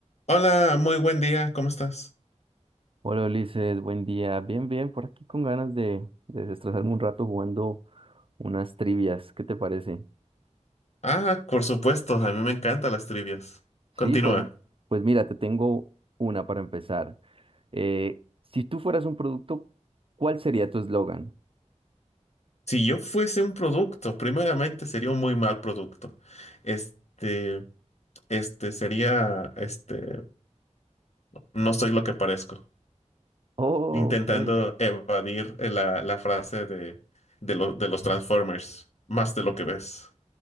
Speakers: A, on the left; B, on the right.
A: Hola, muy buen día, ¿cómo estás?
B: Hola Ulises, buen día. Bien, bien, por aquí con ganas de, de desestresarme un rato jugando unas trivias. ¿Qué te parece?
A: Ah, por supuesto, a mí me encantan las trivias. Continúa.
B: Sí, pues, pues mira, te tengo una para empezar. Eh, si tú fueras un producto, ¿cuál sería tu eslogan?
A: Si yo fuese un producto, primeramente sería un muy mal producto. Este, este sería, este, no soy lo que parezco,
B: Oh,
A: intentando
B: ok.
A: evadir eh, la, la frase de, de, lo- de los Transformers, más de lo que ves.